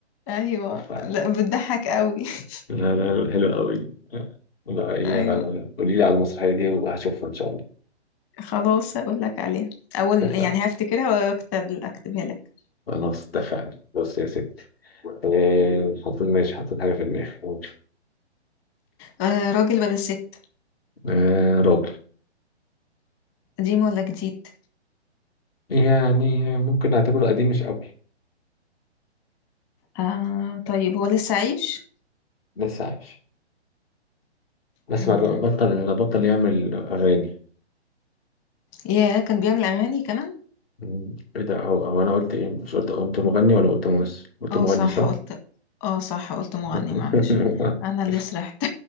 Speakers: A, on the left; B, on the left.
A: ايوه
B: ف...
A: لا بتضحك قوي <laughs>
B: لا لا حلو قوي آه، لا ايه
A: ايوه
B: بقى قولي لي على المسرحيه دي وهشوفها ان شاء الله
A: خلاص هقول لك عليها اول
B: اتفقنا
A: يعني هفتكرها واكتب اكتبها لك
B: خلاص اتفقنا بص يا ستي آه، حطيت ماشي حطيت حاجة في دماغي قول.
A: آه راجل بلا ست
B: آه، راجل
A: قديم ولا جديد
B: يعني ممكن نعتبره قديم مش قوي
A: آه طيب هو لسه عايش
B: لسه عايش بس
A: مم.
B: ما بقى- بطل بطل يعمل أغاني
A: ياه كان بيعمل اغاني كمان
B: مم، ايه ده هو هو انا قلت ايه مش قلت قلت مغني ولا قلت ممثل قلت
A: اه
B: مغني
A: صح
B: صح
A: قلت اه صح قلت مغني
B: <laughs>
A: معلش انا اللي سرحت